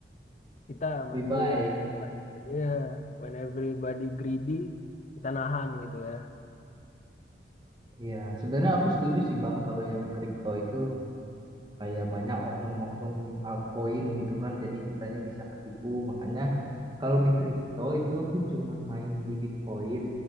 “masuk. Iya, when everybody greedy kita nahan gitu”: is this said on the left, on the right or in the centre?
Left